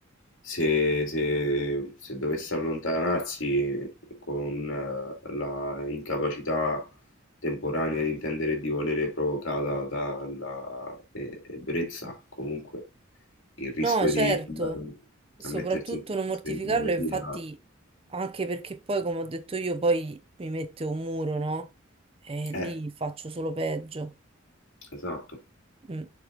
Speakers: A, on the left (about 65°); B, on the right (about 25°).
A: se, se- se dovesse allontanarsi con eh, la incapacità temporanea di intendere e di volere provocata dalla eh, ebbrezza, comunque il rischio
B: No, certo.
A: di andare
B: Soprattutto
A: a mettersi in situazioni
B: non mortificarlo,
A: negative.
B: infatti,
A: no?
B: anche perché poi, come ho detto io, poi mi mette un muro, no? E lì
A: Eh,
B: faccio solo peggio.
A: esatto.
B: Mm.